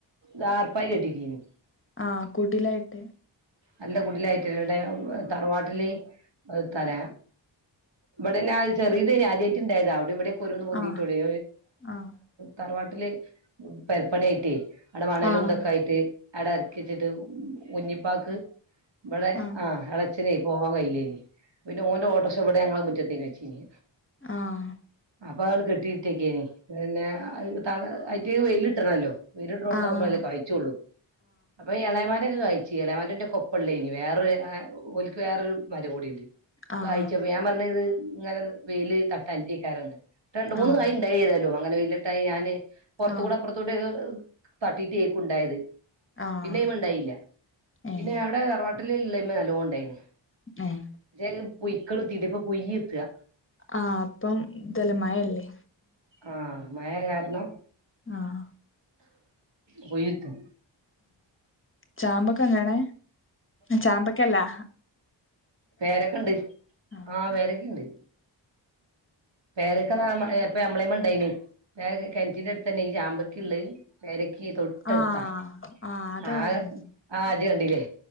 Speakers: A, on the right; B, on the left.
A: ദാ ർപ്പായി കെട്ടിട്ടിനീ
B: ആഹ കുടിലായിട്ടെ
A: നല്ല കുടിലായിട്ടടെ തറവാട്ടില് തരാ ഇവിടെല്ലാ ചെറിയത തെ ആദ്യമായിട്ട ഉണ്ടായത അവിടെ ഇവിടെ <unintelligible> <unintelligible> പൊന്നിട്ടുള്ളേ
B: ആഹ് ആഹ്
A: തറവാട്ടില് പെർപ്പണി ആയിട്ട് അവിടെ മണലുംന്തൊക്കെ
B: ആഹ്
A: ആയിട്ട് അവിടെ അറക്കിട്ട് ട്ട് <inaudible> <unintelligible> ക്ക് ഇവിടെ
B: ആഹ്
A: ആ ഇള ച്ചനായി പോവാൻ കഴയില്ലേനി പിന്നെ ഓന്റെ ഓടോർഷാ ഇവിടെ ഞങ്ങടെ മുറ്റത്തെ വെചിന്
B: ആഹ
A: അപ്പൊ അവള് കെട്ടിയിട്ടേക്കേനി പിന്നെ ത അറ്റ വെയിലിട്ടണല്ലോ വീരിട്ട് ോട്ടാവകുമ്പോല്ലേ
B: ആഹ്
A: കഴിച്ചുള്ളൂ അപ്പൊ ഇളയമാന്റെക്കെ കാഴിച്ചു എളമന്റെ ന്റെ കൊപ്പള്ളേ ഇനി വേറൊ ഒലക്ക് വേറൊരു മര കൂടിേ
B: ആഹ് ആഹ്
A: കാ യിച്ചപ്പ ഞാൻ പറഞ്ഞത് ഇങ്ങനെ വെയില് തട്ടാഞ്ട്ടയ് കാരം രണ്ട മൂന്ന്
B: ആഹ് ആഹ്
A: കൈ ഉണ്ട ഴതല്ലോ അങ്ങനെ വല്ലിട്ടായി ഞാാന് പുറത്ത
B: ആഹ്
A: കൂടെ അപ്പുറത്ത കൂടെ തർട്ടി ടിക്ക ഉണ്ടായത്
B: ആഹ്
A: പിന്നെയ ഉണ്ടായില്ല
B: ഏഹ്
A: പിന്നെ അവിടെ തറവാ ട്ടലല്ല്മ നലോണ്ടായിന്
B: ഏഹ്
A: പക്ഷേ പീക്കളു ത്തിീട്ട ഇപ്പൊ പുയ്യ്ത്തുക
B: ആഹ അപ്പം ദല്ലെ മയയല്ലേ
A: ആഹ മയ കാരണം
B: ആഹ
A: പൂയ്യ്‌ത
B: ചാമ്പക്ക എങ്ങണ ചാമ്പക്കല്ലാ
A: പേ രൊക്കെുണ്ട്
B: ആഹ്
A: ആഹ പേ രൊക്കെുണ്ട് പേരൊക്കെപ്പ അമ്മളേ മണ്ടന് കറ്റീൻ അടുത്ത് തന്നെ ഈ ചാമ്പക്ക ഉള്ള പേരക്ക് ീ തൊട്ടെടുത്താ
B: ആഹ് അതവിടെ
A: ആ
B: കണ്ട്
A: ആ അത് കണ്ടില്ലേ